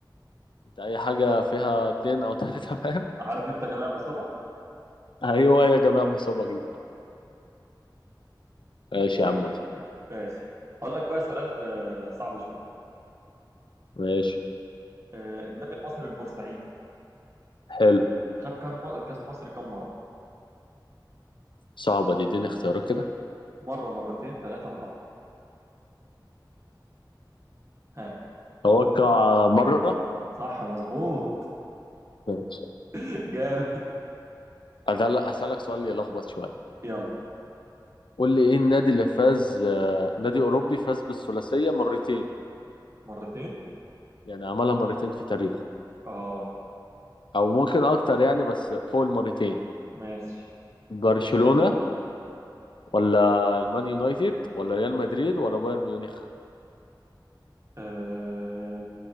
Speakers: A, on the left; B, on the right.
A: انت اي حاجة فيها اتنين او تلاتة <laughs> تمام
B: عارف انت جميع ما سبق
A: ايوه يا جماعة مصابة جديدة ماشي
B: <laughs>
A: يا عم
B: ماشي هقول لك بقى سؤال آه، صعب شويه
A: ماشي
B: آه، النادي المصري البورسعيدي
A: حلو
B: خد كام م- كاس مصر كام مره
A: صعبة دي اديني اختيارات كده
B: مره مرتين ثلاثه اربعه ها
A: توقع مرة
B: صح مظبوط
A: ماشي
B: <laughs> جامد
A: أدل- أسألك سؤال يلخبط شوية
B: يلا
A: قول لي إيه النادي اللي فاز آه، نادي أوروبي فاز بالثلاثية مرتين
B: مرتين
A: يعني عملها مرتين في تاريخه
B: اه
A: او ممكن اكتر يعني بس فوق المرتين
B: ماشي
A: برشلونة ولا المان يونايتد ولا ريال مدريد ولا بايرن ميونخ
B: آه...